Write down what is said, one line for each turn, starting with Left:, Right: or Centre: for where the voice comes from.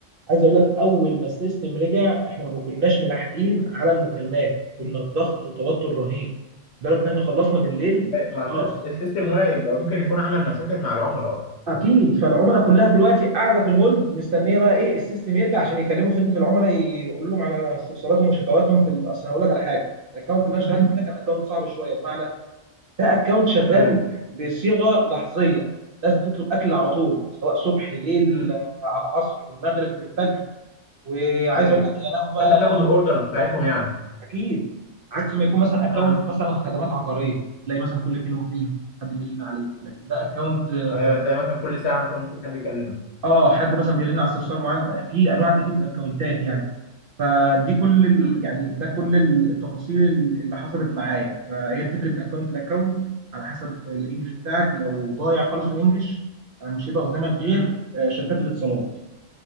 Right: عايز اقول لك اول ما السيستم رجع احنا ما كناش ملاحقين على المكالمات كنا
Left: مم.
Right: في ضغط وتوتر رهيب لدرجه ان احنا خلصنا بالليل
Left: ما
Right: خلاص
Left: السيست- السيستم واعي يبقى ممكن يكون عمل مشاكل مع العملاء اصلا
Right: اكيد فالعملاء كلها دلوقتي قاعده في الهولد مستنيه بقى ايه السيستم يرجع عشان يكلموا خدمه العملاء يقولوا لهم على استفساراتهم وشكواتهم في ال- اصل هقول لك على حاجه الاكونت اللي انا اشتغلت
Left: امم
Right: فيه ده كان اكونت صعب شويه بمعنى ده اكونت شغال
Left: ايوه
Right: بصيغه لحظيه الناس بتطلب اكل على طول سواء صبح ليل
Left: امم
Right: آه، على العصر في المغرب في الفجر وعايز
Left: ايوه
Right: اقول لك يا لهوي بقى
Left: فانت بتاخد الاوردرز بتاعتهم يعني
Right: اكيد عكس ما يكون مثلا اكونت
Left: امم
Right: مثلا خدمات عقاريه تلاقي مثلا كل فين وفين حد بيرن عليك لكن ده اكونت اه
Left: ايوه تلاقي مثلا كل ساعه مثلا ممكن حد يكلمك
Right: آه، حد مثلا بيرن على استفسار معين في انواع كتير من الاكونتات يعني فدي كل ال...
Left: امم
Right: يعني ده كل التفاصيل اللي حصلت معايا فهي بتفرق من اكونت لاكونت على حسب الانجليش بتاعك لو ضايع خالص في الانجليش مش هيبقى قدامك غير
Left: امم
Right: آه، شركات الاتصالات